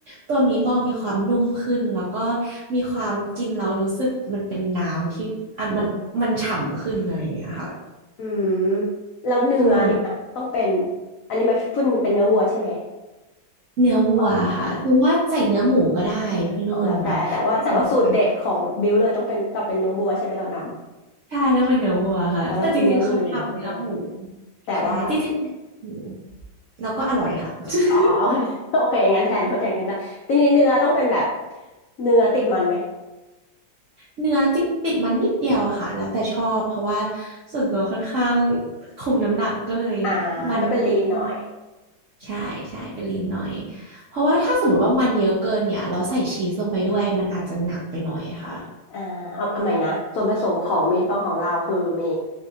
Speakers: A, on the right; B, on the left.
A: ตัวมีดบอลมีความนุ่มขึ้นแล้วก็มีความกินแล้วรู้สึกมันเป็นน้ำที่อันมันมันฉ่ำขึ้นอะไรอย่างเงี้ยค่ะ
B: อืมแล้วเนื้อเนี่ยต้องเป็น
A: ใช่
B: อันนี้มาฟถ้นเป็นเนื้อวัวใช่ไหม
A: เนื้อวัวค่ะหรือว่าใส่เนื้อหมูก็ได้พี่นุ่นแบบถ้าสมมติ
B: ว่าอ๋อแล้วแต่แต่ว่าแต่ว่าสูตรเด็ดของบิวเลยต้องเป็นก็เป็นเนื้อวัวใช่ไหมตอนท
A: ใช่ต้องเป็นเนื้อวัวค่ะแต่จริงๆคือทำเนื้อหมู
B: ำอ๋อเรากินเนื้อวัวอยู่แล้วไม่เป็นไรแต่ว่า
A: ใช่จริงๆเป็นหมูแล้วก็อร่อยค่ะ <laughs>
B: อ๋อ <laughs> อ๋อโอเคงั้นแทนทดแทนกันได้ทีนี้เนื้อต้องเป็นแบบเนื้อติดมันไหม
A: เนื้อจริงติดมันนิดเดียวอะค่ะแล้วแต่ชอบเพราะว่าส่วนตัวค่อนข้างคุมน้ำหนักก็เลย
B: อ่า
A: มันไม่เยอะมาก
B: ก็เป็นลีนหน่อย
A: ใช่ใช่เป็นลีนหน่อยเพราะว่าถ้าสมมติว่ามันเยอะเกินเนี่ยเราใส่ชีสลงไปด้วยมันอาจจะหนักไปหน่อยค่ะ
B: อ่าเอาเอาใหม่นะส่วนผสมของมีทบอลของเราคือมี